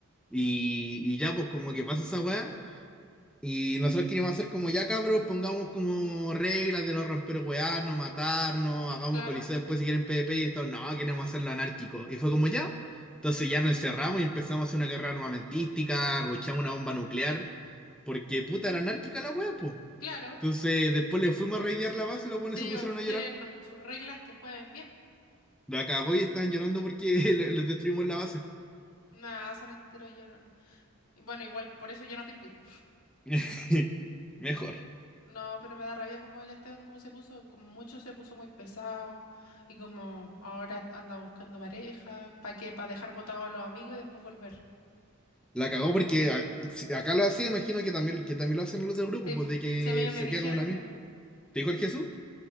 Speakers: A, in the centre; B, on the left (about 80°).
A: Y, y ya, pues como que pasa esa weá. Y nosotros queríamos hacer como ya, cabros, pongamos como reglas de no romper weá, no matarnos, hagamos
B: Claro,
A: un coliseo después si quieren PvP y todo. No, queremos hacerlo anárquico. Y fue como ya. Entonces ya nos encerramos y empezamos a hacer una guerra armamentística, ruchamos una bomba nuclear, porque puta era anárquica la weá, pues.
B: claro.
A: Entonces, después le fuimos a raidear la base y los buenos
B: Si
A: se pusieron
B: ellos
A: a
B: quieren
A: llorar.
B: sus reglas que jueguen bien.
A: La cagó y estaban llorando porque <laughs> le- les destruimos la base.
B: Nada, son enteros llorones. Y bueno, igual por eso ya no te invitan.
A: <laughs> Mejor.
B: No, pero me da rabia como el Esteban, cómo se puso, como mucho se puso muy pesado y como ahora anda buscando pareja, ¿para qué? Para dejar botado a los amigos y después volver.
A: La cagó porque a- si acá lo hacía, imagino que también, que también lo hacen los del grupo,
B: Sí,
A: pues
B: p-
A: de que
B: si a mí me
A: se
B: dijeron
A: queda con una mina.
B: como,
A: ¿Te dijo el Jesús?